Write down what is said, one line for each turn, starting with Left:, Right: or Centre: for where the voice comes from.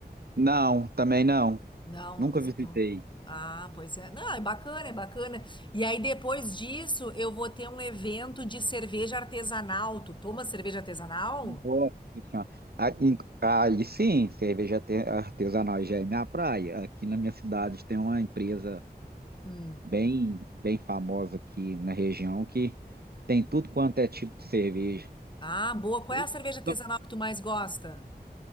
Right: Não, também não.
Left: Não,
Right: Nunca
Left: não visitou.
Right: visitei.
Left: Ah, pois é. Não, é bacana, é bacana. E aí, depois disso, eu vou ter um evento de cerveja artesanal. Tu toma cerveja artesanal?
Right: Nossa Senhora. Ah, em- Aí sim, cerveja arte- artesanal já é minha praia. Aqui na minha cidade tem uma empresa.
Left: Hum.
Right: bem, bem famosa aqui na região, que tem tudo quanto é tipo de cerveja.
Left: Ah, boa. Qual
Right: Só
Left: é a cerveja artesanal
Right: só
Left: que tu mais gosta?